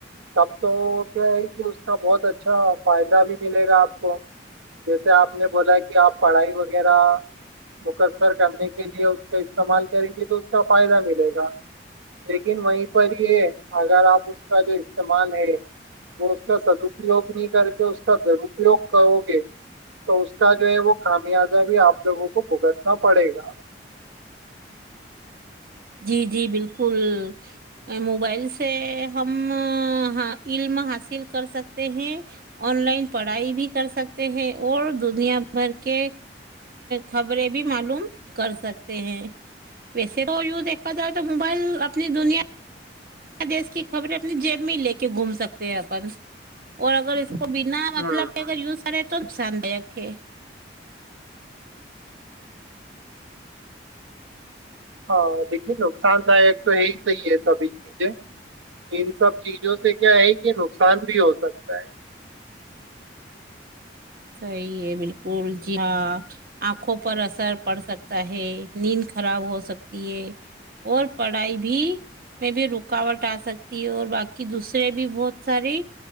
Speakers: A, on the right (about 90°); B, on the right (about 50°).
A: تب تو کیا ہے کہ اس کا بہت اچھا فائدہ بھی ملے گا آپ کو جیسے آپ نے بولا کہ آپ پڑھائی وغیرہ مقصر کرنے کے لیے اس کا استعمال کریں گے تو اس کا فائدہ ملے گا لیکن وہیں پر یہ ہے اگر آپ اس کا جو استعمال ہے وہ اس کا سدپیوگ نہیں کر کے اس کا درپیوگ کرو گے تو اس کا جو ہے وہ خامیازہ بھی آپ لوگوں کو بھگتنا پڑے گا
B: جی جی بالکل موبائل سے ہم علم حاصل کر سکتے ہیں آن لائن پڑھائی بھی کر سکتے ہیں اور دنیا بھر کے خبریں بھی معلوم کر سکتے ہیں ویسے ایکیک ب در تو موبائل آ اپنی دنیا دیش کی خبریں اپنی جیب میں ہی لے کے گھوم سکتے ہیں اپن اور اگر کو بنا
A: ہوں
B: مطلب
A: ہوں
B: اگر یوز کرے تو قسد اکھے
A: ہاں دیکھیے نقصان داک تو ہے ہی صحیح ہے سبھی چیزیں ان سب چیزوں سے کیا ہے کہ نقصان بھی ہو سکتا ہے
B: صحیح ہے بالکل جی ہاں آنکھوں پر اثر پڑ سکتا ہے نیند خراب ہو سکتی ہے اور پڑھائی بھی میں بھی رکاوٹ آ سکتی ہے اور باقی دوسرے بھی بہت ساری